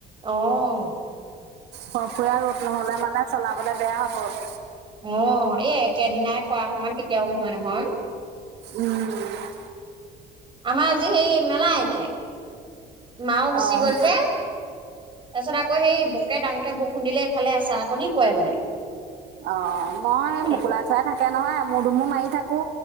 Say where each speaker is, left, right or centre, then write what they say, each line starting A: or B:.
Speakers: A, on the right; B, on the right.
A: আহ
B: ফৰ ফৰিয়া ৰ'দ নহলে মানে চলাবলৈ বেয়া হ'ত
A: অ এই একেদিনাই কৰা সমান কেতিয়াও নহয় নহয়।
B: উম
A: আমাৰ আজি সেই মেলাই নাই। মাও গুচি
B: উম
A: গ'ল যে তাৰপিছত আকৌ হেৰি ডাঙকে বৰষুণ দিলে এইফালে এচাকনি পৰে মানে
B: অ মই সেই
A: সেইটো
B: মোকোলা থোৱাই থাকে নহয় এমুৰ দুমুৰ মাৰি থা কো